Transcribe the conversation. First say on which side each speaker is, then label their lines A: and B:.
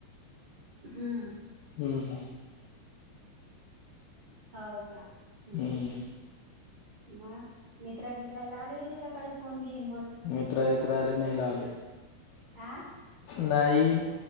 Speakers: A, on the right; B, on the left.
A: हम्म
B: हम्म
A: हो का हम्
B: हम्म
A: मग मित्रागित्रा लावले होते काही फोन गिन
B: मित्रावित्राले नाही लावले
A: आ
B: नाही